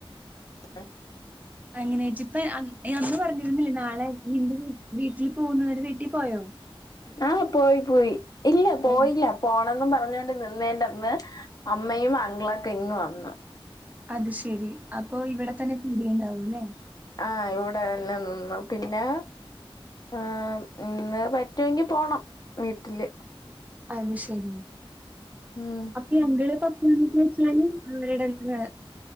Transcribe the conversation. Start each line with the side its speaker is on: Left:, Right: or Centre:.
Left: <unintelligible>
Right: അങ്ങനെച്ചിപ്പ് അൻ ഏ അന്ന് പറഞ്ഞിരുന്നില്ലെ നാളെ നിന്റെ വീ വീട്ടില് പോവുന്ന കാര്യം വീട്ടിൽ പോയോ?
Left: ആഹ്, പോയി പോയി. ഇല്ല, പോയില്ല.
Right: ഓ,
Left: പോണെന്നും പറഞ്ഞോണ്ട് നിന്നേന്റന്ന് അമ്മയും അങ്കിളൊക്കെ ഇങ്ങ് വന്നു.
Right: അത് ശെരി. അപ്പൊ ഇവിടെ തന്നെ കൂടീണ്ടാവുല്ലേ.
Left: ആഹ്, ഇവിടെ എന്നെ നിന്നു പിന്നെ ആഹ്, ഇന്ന് പറ്റുങ്കി പോണം വീട്ടില്.
Right: അത് ശരി,
Left: ഉം
Right: അപ്പീ അങ്കിള് പത്ത് മണിക്കീച്ചാല് അവരുടെന്നെ